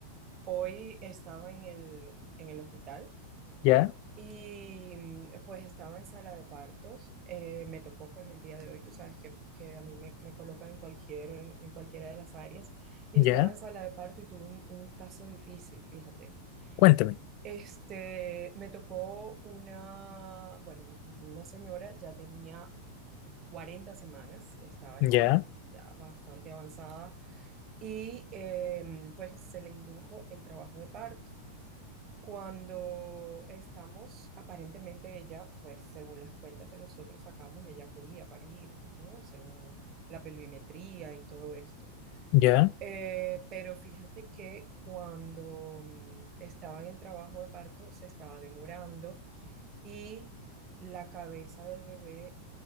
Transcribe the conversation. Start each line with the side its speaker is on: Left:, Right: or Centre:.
Right: hoy estaba en el, en el hospital
Left: Ya,
Right: y mm, pues estaba en sala de partos. Eh, me tocó pues el día de hoy, tú sabes que, que a mí me, me colocan en cualquier, en cualquiera de las áreas y
Left: ya,
Right: estaba en sala de parto y tuve un, un caso difícil, fíjate.
Left: cuéntame.
Right: Este, me tocó una, bueno, una señora ya tenía 40 semanas, estaba
Left: Ya,
Right: ya, ya bastante avanzada y eh, pues se le indujo el trabajo de parto. Cuando estamos, aparentemente ella, pues según las cuentas que nosotros sacamos, ella podía parir, ¿no? Según la pelvimetría y todo esto.
Left: ya,
Right: Eh, pero fíjate que cuando mm, estaba en el trabajo de parto se estaba demorando y la cabeza del bebé,